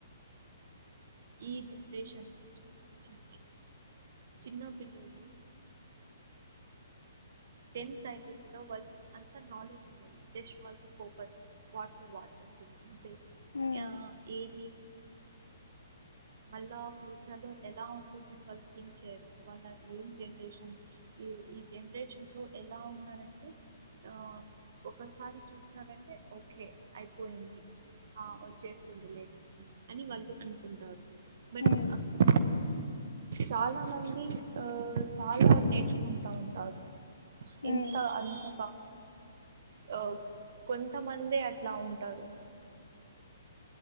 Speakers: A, on the right; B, on the left.
A: ఈ జెనరేషన్ ను చిన్న పిల్లులు టెన్త్ అయితే కూడా వా అంత నాలెడ్జ్ ఉది జష్ వా ఫోకస్ వాట్ట్రే
B: ఉమ్,
A: ఆ ఏది వాళ్ళ ఫ్యూచర్ లో ఎలా ఉంటుందని వాళ్ళు థింక్ చేయరు వాళ్ళ ఏం జనరేషన్ ఈ జనరేషన్ లో ఎలా ఉన్నారంటే ఆ ఒకసారి చూసినారంటే ఓకే అయిపోయింది ఆ వచ్చేస్తుందిలే అని వాళ్ళు అనుకుంటారు బట్
B: ఉమ్.
A: అక్కడ చాలా మంది ఆ చాలా నేర్చుకుంటా ఉంటారు
B: ఉమ్
A: ఇంత అంత కా ఆ కొంతమంది అట్లా ఉంటారు